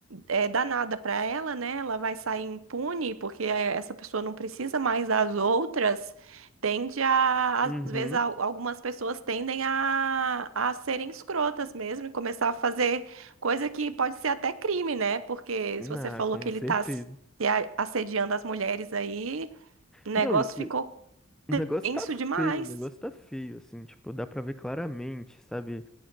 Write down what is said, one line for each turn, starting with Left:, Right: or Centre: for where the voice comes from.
Right: é, dar nada para ela, né? Ela vai sair impune, porque eh, essa pessoa não precisa mais das outras tende a,
Centre: uhum.
Right: às vezes, al- algumas pessoas tendem a, a serem escrotas mesmo e começar a fazer coisa que pode ser até crime, né? Porque
Centre: Hum,
Right: se você
Centre: Ah,
Right: falou
Centre: com
Right: que ele
Centre: certeza.
Right: tá se a- assediando as mulheres aí, o negócio
Centre: Não, isso,
Right: ficou
Centre: o negócio
Right: tenso
Centre: tá
Right: demais.
Centre: feio, o negócio tá feio, assim, tipo, dá pra ver claramente, sabe?